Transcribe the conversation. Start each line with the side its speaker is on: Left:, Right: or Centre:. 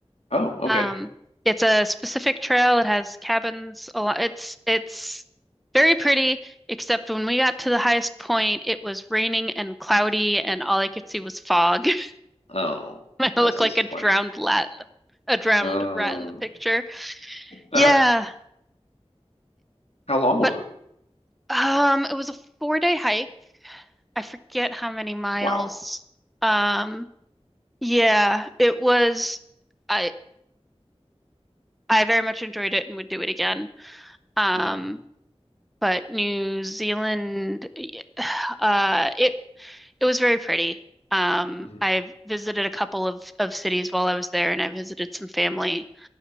Left: Oh, okay.
Centre: Um, it's a specific trail. It has cabins a lot. It's it's very pretty, except when we got to the highest point, it was raining and cloudy, and all I could see was fog.
Left: Oh,
Centre: <laughs> I looked
Left: that's disappointing.
Centre: like a drowned rat, a drowned
Left: Uh,
Centre: rat in the picture.
Left: uh,
Centre: Yeah,
Left: how long was
Centre: but
Left: it?
Centre: um, it was a four day hike. I forget how many miles.
Left: Wow.
Centre: Um, yeah, it was. I I very much enjoyed it and would do it again. Um,
Left: Mm-hmm.
Centre: But New Zealand, uh, it it was very pretty. Um,
Left: Mm-hmm.
Centre: I visited a couple of of cities while I was there, and I visited some family,